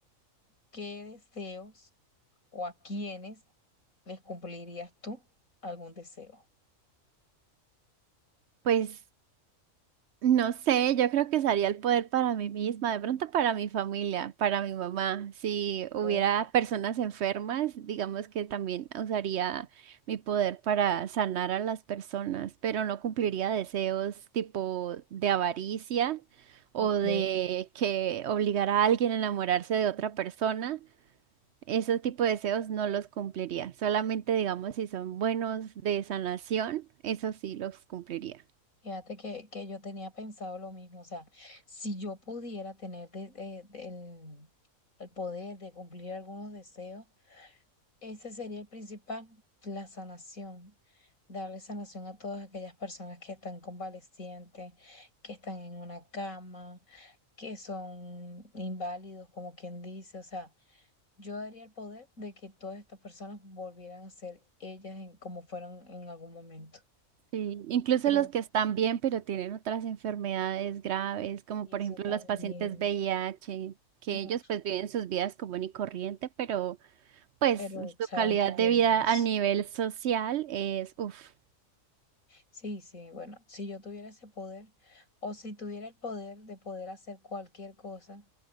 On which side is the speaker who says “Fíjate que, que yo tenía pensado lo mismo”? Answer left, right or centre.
Left